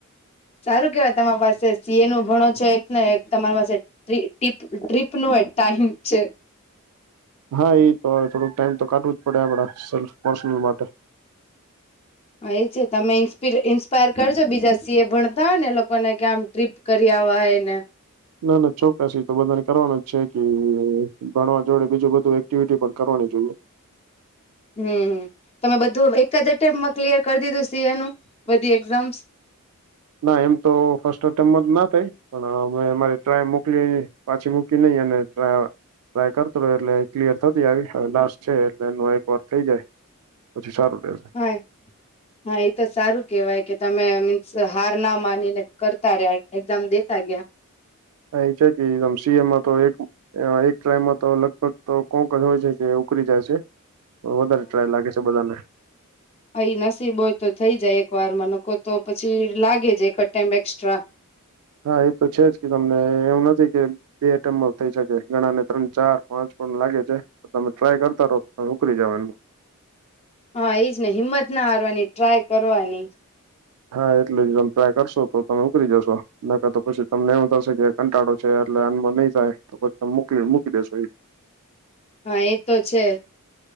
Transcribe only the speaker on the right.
હા એ તો થોડુંક ટાઈમ તો કાઢવું જ પડે આપડે સેલ્ફ પર્સનલ માટે
ના ના ચોક્કસ તો બધાને કરવાનું જ છે કે ભણવા જોડે બીજું બધું એક્ટિવિટી પણ કરવાની જોઈએ
ના એમ તો ફર્સ્ટ એટેમ જ તોના થાય પણ અમે અમારી ટ્રાય મોકલી પાછી મૂકી નઈ અને ટા ય કરતો એટલે ક્લિયર થતી આવી હવે લાસ્ટ છે એટલે એ એક વાર થઈ જાય પછી સારું રહે
અ એ છે કેમસીી એમાં તો એક એક ટ્રાયમાં તો લગભગ તો કોક હોય છે કે ઉકરી જાય છે. તો વધારે ટ્રાય લાગે છે બધાને.
હા એ તો છે જ કે તમને એવું નથી કે બે એટમમાં થઈ શકે ઘણા ને ત્રણ ચાર પાંચ પણ લાગે છે. તમે ટ્રાય કરતા રહો તમે ઉકલી જાવ એનું.
હા એટલે જ તમે ટ્રાય કરશો તો તમે ઉકળી જશો. ના કર તો પછી તમને એવું થશે કે કંટાળો છે એટલે આનમાં નહીં થાય તો પછી તમેક મૂકી દેેશો એ.